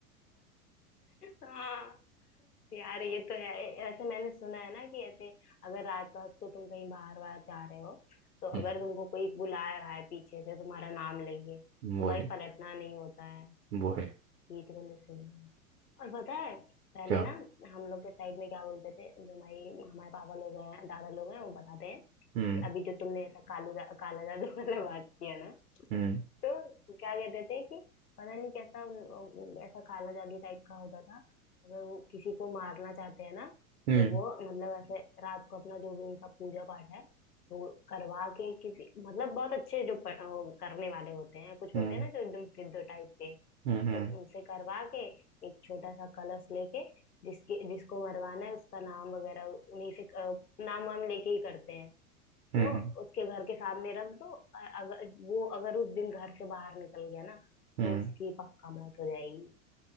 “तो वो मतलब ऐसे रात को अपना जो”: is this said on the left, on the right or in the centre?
Left